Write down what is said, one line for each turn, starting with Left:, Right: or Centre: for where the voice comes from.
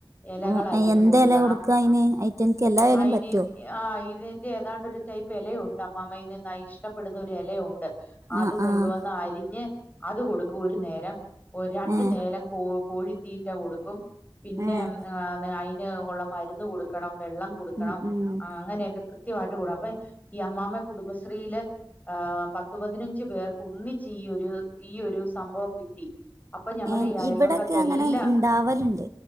Left: എലകളരിഞ്ഞ്
Right: ഉം എന്ത്
Left: കൊട്ക്കണം.
Right: എല കൊടുക്കാ അയിന് ഐറ്റങ്ങൾക്ക് എല്ലാ എലയും
Left: അയ്ന്
Right: പറ്റുവോ
Left: ആഹ് ഇതിന്റെ ഏതാണ്ട് ഒരു ടൈപ്പ് എലയുണ്ട് അമ്മാമ്മ ഇതിന് ഇഷ്ടപ്പെടുന്ന ഒരു എലയൊണ്ട് അത്
Right: ആഹ്
Left: കൊണ്ടുവന്ന്
Right: ആഹ്
Left: അരിഞ്ഞ് അത് കൊടുക്കും ഒരു നേരം രണ്ടു
Right: ഏഹ്
Left: നേരം കോ കോഴിത്തീറ്റ കൊടുക്കും പിന്നെ
Right: ഏഹ്
Left: അയിന് ഉള്ള മരുന്ന് കൊടുക്കണം വെള്ളം കൊടുക്കണം
Right: ഉം ഉം
Left: ആഹ് അങ്ങനെയൊക്കെ കൃത്യമായിട്ട് കൊട് അപ്പൊ ഈ അമ്മാമ്മ കുടുംബശ്രീയില് ആഹ് പത്തു പതിനഞ്ചു പേർക്ക് ഒന്നിച്ച് ഈ ഒരു ഈ ഒരു സംഭവം കിട്ടി അപ്പൊ ഞങ്ങളുടെ
Right: ഏഹ്
Left: ഈ അയൽവക്കത്തെ
Right: ഇവിടെക്കെ അങ്ങനെ
Left: എല്ലാ
Right: ഇണ്ടാവലുണ്ട്